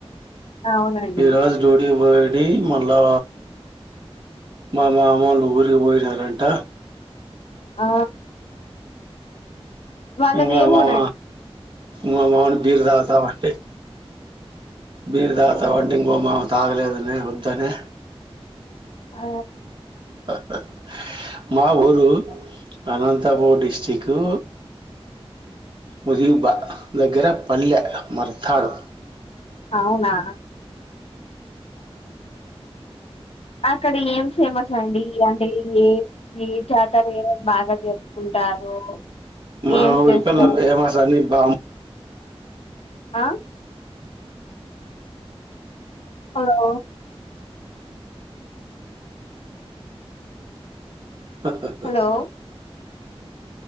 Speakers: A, on the left; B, on the right.
A: అవునండి
B: ఈ రోజు డ్యూటీకి పోయి ఎయ్ మళ్ళా మా మామోళ్ళు ఊరికి పోయినారంట
A: ఆ వాళ్ళది
B: ఇంగ
A: ఏ
B: మామ
A: ఊరండి
B: మా మామ టీ తాగుతా ఉంటే బీర్ తాగ్తవా
A: ఆ
B: ఇంగో మావా తాగలేదనే వద్దనే
A: ఆ
B: <inaudible> మా ఊరు అనంతపూర్ డిస్టికూ ముజీబ్బా దగ్గర పల్లె మర్తాడు
A: అవునా అక్కడి ఏం ఫేమస్ అండిఈ అంటే ఇ ఏ ఈ జాతరే బాగా జరుపుకుంటారు
B: మా
A: ఏం
B: ఊరికదా
A: చేస్తారు
B: ఫేమాసాని బామ్
A: ఆ హలో
B: హ్ హ్
A: హలో